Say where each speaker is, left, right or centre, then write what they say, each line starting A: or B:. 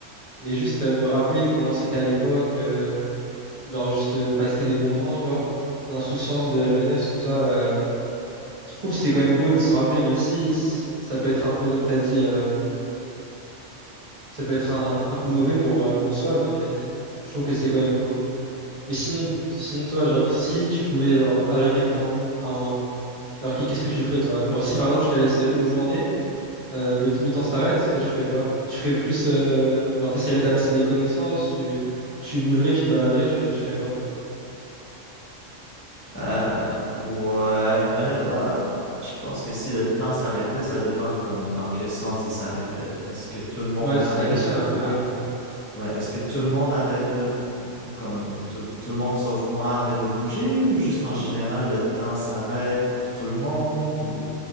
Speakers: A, on the right; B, on the left.
A: Mais juste euh, me rappeler comment c'était à l'époque, euh, genre juste, euh, bah, c'était des bons moments, tu vois. L'insouciance de la jeunesse, tout ça. euh, je trouve que c'est quand même beau de s'en rappeler, même si s- ça peut être un peu, comme t'as dit, euh, ça peut être un, un peu mauvais pour, euh, pour soi, mais je trouve que c'est quand même beau. Mais sinon, t- sinon toi, genre, si tu pouvais genre arrêter le temps à un moment, alors qu'est-ce que tu ferais, toi? Genre, si par exemple, je te laisse euh, une journée, euh, le, le temps s'arrête, toi tu ferais quoi? Tu ferais plus, euh, genre t'essaierais d'amasser des connaissances, tu, tu bougerais, tu te baladerais, tu, tu ferais quoi?
B: Euh, ouais, honnêtement, je pense que si le temps s'arrêtait, ça dépend comme dans quel sens il s'arrêtait. Est-ce que tout le monde
A: Ouais, c'est
B: arrête
A: la question, elle est un peu
B: ah,
A: vague.
B: ouais, est-ce que tout le monde arrête de comme tout, tout le monde sauf moi arrête de bouger ou juste en général le temps s'arrête pour tout le monde ou